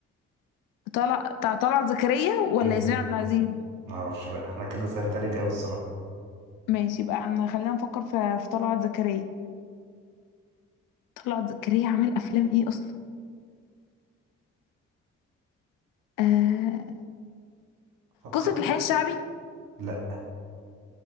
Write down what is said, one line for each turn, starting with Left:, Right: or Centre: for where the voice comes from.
Left: طلع بتاع طلعت زكريا ولا
Right: مم.
Left: ياسمين عبد العزيز
Right: معرفش بقى انا كده سألت عليك قوي الصراحة
Left: ماشي بقى عم خلينا نفكر في في طلعت زكريا طلعت زكريا عمل افلام ايه اصلا آه...
Right: فكر
Left: قصة الحي الشعبي
Right: لا